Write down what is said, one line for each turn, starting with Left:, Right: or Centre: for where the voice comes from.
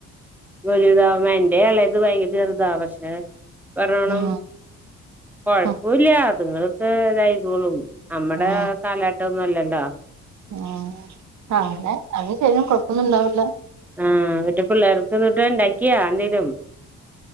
Centre: വലുതാവു എന്റെ എളേത് ഇത് വൈകിട്ട് <unintelligible> പറോണം
Right: ആഹ്
Centre: കൊഴപ്പൊല്യ
Right: ഉം
Centre: ഇങ്ങളിപ്പെ ഇതായിക്കോളും അമ്മടെ
Right: ഉം
Centre: കാലഘട്ടന്നൊല്ലല്ലോ ടാ
Right: ഉം അങ്ങനെ അന്ന് ചെയ്യും കൊഴപ്പൊന്നുണ്ടാവില്ല
Centre: ആ ന്നട്ട് പിള്ളേർക്ക് എന്തുട്ടണ്ടാക് ക്ക്യാ ന്തേലും